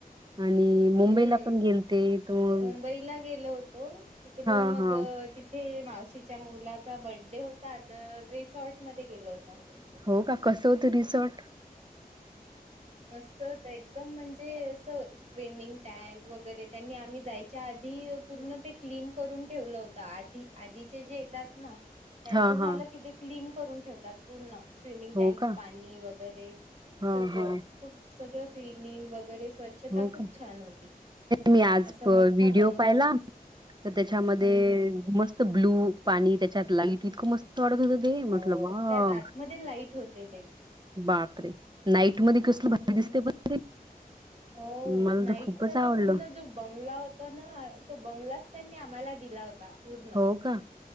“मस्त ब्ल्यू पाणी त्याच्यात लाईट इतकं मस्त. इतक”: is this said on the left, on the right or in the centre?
Right